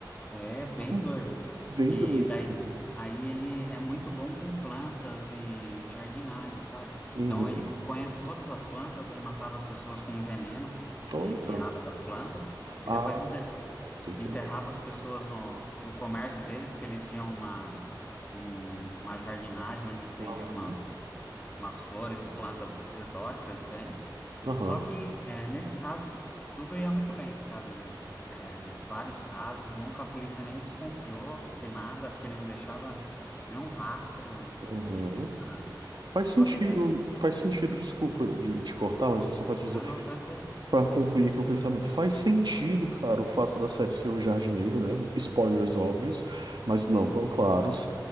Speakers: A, on the left; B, on the right.
A: É bem doido.
B: <laughs> Bem
A: E
B: doido
A: daí
B: mesmo.
A: aí ele é muito bom com plantas e jardinagem, sabe?
B: Uhum.
A: Então ele conhece todas as plantas, ele matava as pessoas com um veneno
B: Olha.
A: que ele criava das plantas e
B: Ah,
A: depois
B: tô entendendo.
A: enterrava as pessoas no, no comércio deles, porque eles tinham uma, um- uma jardinagem onde vendiam
B: Aham.
A: umas, umas flores e plantas exóticas diferentes.
B: Aham.
A: Só que, é, nesse caso, tudo ia muito bem, sabe? Ele, é, vários casos, nunca a polícia nem desconfiou de nada, porque ele não deixava nenhum rastro
B: Uhum.
A: de pista, nada.
B: Faz
A: Só
B: sentido,
A: que daí...
B: faz sentido. Desculpa, digo, te cortar, mas é só pra te dizer.
A: Ah, não, tranquilo.
B: Pra concluir aqui um pensamento, faz sentido, cara, o fato da série ser o jardineiro, né? Spoilers óbvios, mas não
A: Sim.
B: tão claros.